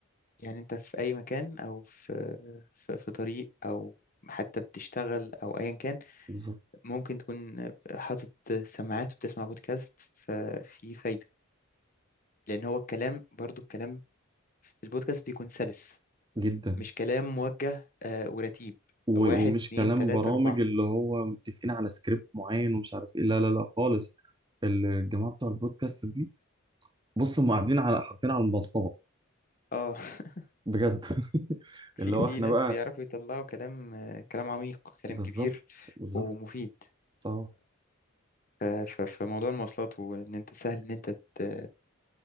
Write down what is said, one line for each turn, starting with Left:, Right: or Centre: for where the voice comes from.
Left: يعني أنت في أي مكان أو في في, في طريق أو حتى بتشتغل أو أيا كان
Right: بالظبط
Left: ممكن تكون حاطط سماعات وبتسمع بودكاست ففي فايدة لأن هو الكلام برضو الكلام في البودكاست بيكون سلس
Right: جدا
Left: مش كلام موجه آه، ورتيب
Right: و-
Left: واحد
Right: ومش
Left: اتنين
Right: كلام
Left: تلاتة
Right: برامج
Left: أربعة
Right: اللي هو متفقين على سكريبت معين ومش عارف إيه لا لا لا خالص الجماعة بتوع البودكاست دي بص هم قاعدين على حرفين على المسطرة
Left: اه <laughs>
Right: بجد <laughs>
Left: في
Right: اللي هو
Left: في
Right: إحنا
Left: ناس
Right: بقى
Left: بيعرفوا يطلعوا كلام آه، كلام عميق كلام
Right: بالظبط
Left: كبير
Right: بالظبط
Left: ومفيد
Right: أه
Left: ف- ف- فموضوع المواصلات وإن أنت سهل إن أنت ت-